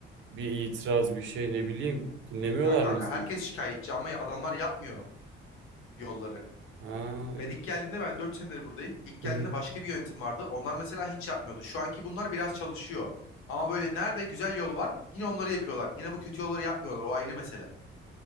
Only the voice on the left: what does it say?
Ya kanka
herkes şikayetçi ama adamlar yapmıyor yolları.
Ben ilk geldiğinde ben 4 senedir buradayım. İlk geldiğinde
başka bir yönetim vardı. Onlar mesela hiç yapmıyordu. Şu anki bunlar biraz çalışıyor. Ama böyle nerede güzel yol var yine onları yapıyorlar. Yine bu kötü yolları yapmıyorlar. O ayrı mesele.